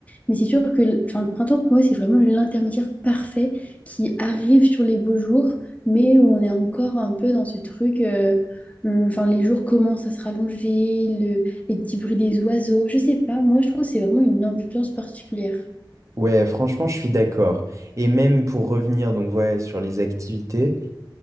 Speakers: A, on the left; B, on the right.
A: Mais c'est sûr que enfin, le printemps, pour moi, c'est vraiment l'intermédiaire parfait qui arrive sur les beaux jours, mais où on est encore un peu dans ce truc. euh, le- Enfin, les jours commencent à se rallonger, le- les petits bruits des oiseaux. Je sais pas, moi, je trouve que c'est vraiment une ambiance particulière.
B: Ouais, franchement, je suis d'accord. Et même pour revenir donc ouais, sur les activités,